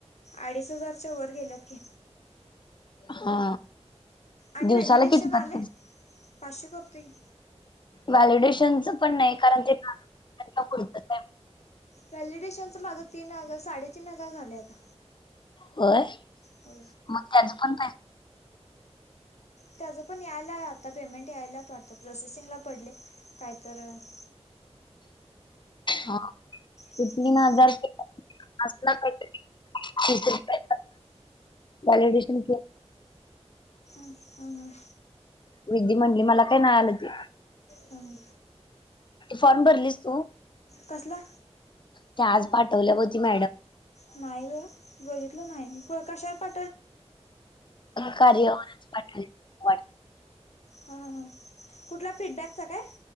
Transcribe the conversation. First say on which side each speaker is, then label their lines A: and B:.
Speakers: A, on the left (about 75°); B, on the left (about 45°).
A: अडीच हजारच्या वर गेल्यात की
B: हा
A: आणि
B: दिवसाला
A: व्हॅलिडेशन
B: किती
A: आले
B: करतेस
A: पाचशे करतोय की
B: व्हॅलिडेशनचं पण नाही कारण ते पुरत आहे
A: व्हॅलिडेशनचं माझं तीन हजार साडेतीन हजार झाले आता
B: होय
A: हो
B: मग त्याच पण
A: त्याचं पण यायला आता पेमेंट यायलात वाटतं प्रोसेसिंगला पडले काय तर <inaudible>
B: हा ते
A: हं,
B: तीन हजार असला कायतरी तिसरूपये वॅलीडेशन
A: हम ह
B: विध्दि म्हटली मला काय नाही आलं ते
A: हं.
B: फॉर्म भरलीस तू
A: कसला
B: ते आज पाठवल्या होती मॅडम
A: नाही ग बघितलं नाही मी क काशावर पा
B: कार्य पाठ वाट
A: हा हा कुठला फीडबॅकचा काय